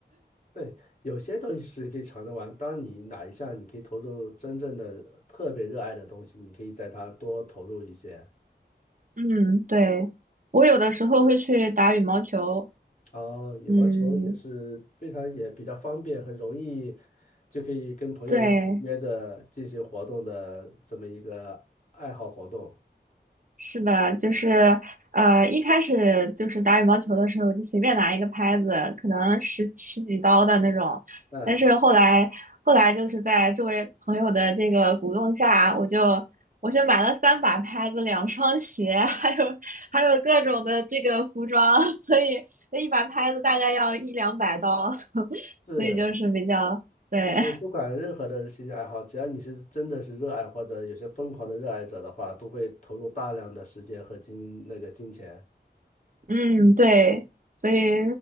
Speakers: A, on the left; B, on the right.
A: 对，有些东西是可以尝着玩。当你哪一项你可以投入真正的特别热爱的东西，你可以在它多投入一些。
B: <laughs> 嗯，对，我有的时候会去打羽毛球，
A: 哦，羽毛球也是非常也比较方便，
B: 嗯，
A: 很容易就可以跟朋友一起约着进行活动的这么一个爱好活动。
B: 对。是的，就是呃，一开始就是打羽毛球的时候，就随便拿一个拍子，可能十十几刀的那种。
A: 嗯，
B: 但是后来，后来就是在周围朋友的这个鼓动下，我就我就买了三把拍子、两双鞋，<laughs> 还有还有各种的这个服装，<laughs> 所以那一把拍子大概要一两百刀，<laughs>
A: 是，
B: 所以就是比较对，
A: 就是不管任何的兴趣爱好，只要你是真的是热爱或者有些疯狂的热爱者的话，都会投入大量的时间和金那个金钱。
B: 嗯，对，所以